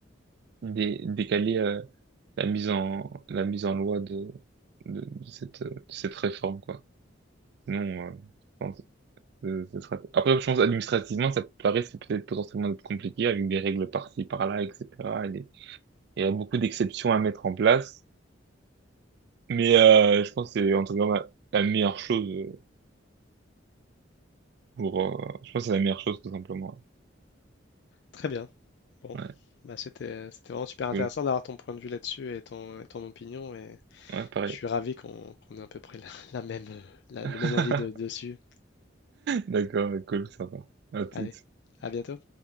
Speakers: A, on the right; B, on the left.
A: dé- décaler euh, la mise en, la mise en loi de, de, de cette, euh, de cette réforme, quoi. Sinon, euh, je pense que ce sera... Après, je pense administrativement, ça paraît peut-être potentiellement être compliqué avec des règles par-ci, par-là, etc. Il y a beaucoup d'exceptions à mettre en place, mais euh, je pense que c'est en tout cas ma- la meilleure chose euh, pour. euh, je pense que c'est la meilleure chose tout simplement.
B: très bien. Bon,
A: Ouais,
B: bah c'était c'était vraiment super intéressant
A: cool.
B: d'avoir ton point de vue là-dessus et ton, et ton opinion et
A: Ouais, pareil.
B: je suis ravi qu'on qu'on ait à peu près la, la même, la-
A: <laughs>
B: le même avis de- dessus.
A: D'accord, ouais, cool, ça va. À toutes.
B: Allez, à bientôt.